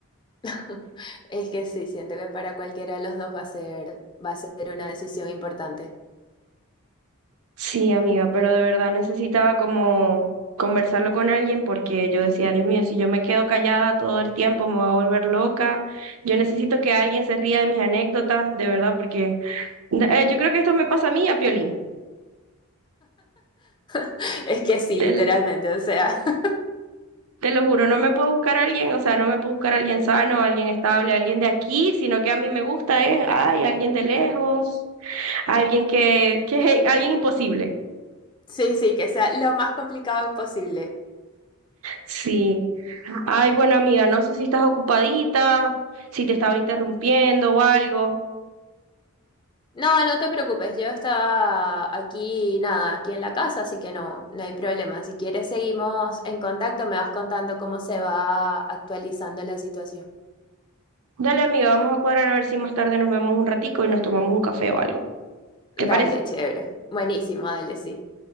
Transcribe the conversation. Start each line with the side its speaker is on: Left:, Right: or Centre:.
Left: <laughs> es que sí, siento que para cualquiera de los dos va a ser, va a ser una decisión importante.
Right: Sí, amiga, pero de verdad necesitaba como conversarlo con alguien porque yo decía, Dios mío, si yo me quedo callada todo el tiempo me voy a volver loca. Yo necesito que alguien se ría de mis anécdotas, de verdad, porque eh, yo creo que esto me pasa a mí, a Piolín.
Left: <laughs> Es que sí,
Right: Te,
Left: literalmente, o sea, <laughs>
Right: te lo juro, no me puedo buscar a alguien, o sea, no me puedo buscar a alguien sano, alguien estable, alguien de aquí, sino que a mí me gusta, ¿eh? Ay, alguien de lejos, alguien que, que <laughs> alguien imposible.
Left: sí, sí, que sea lo más complicado posible.
Right: Sí. Ay, bueno, amiga, no sé si estás ocupadita, si te estaba interrumpiendo o algo.
Left: No, no te preocupes, yo estaba aquí, nada, aquí en la casa, así que no, no hay problema. Si quieres, seguimos en contacto, me vas contando cómo se va actualizando la situación.
Right: Dale, amiga, vamos a cuadrar a ver si más tarde nos vemos un ratico y nos tomamos un café o algo. ¿Te
Left: Dale,
Right: parece?
Left: chévere. Buenísimo, dale, sí.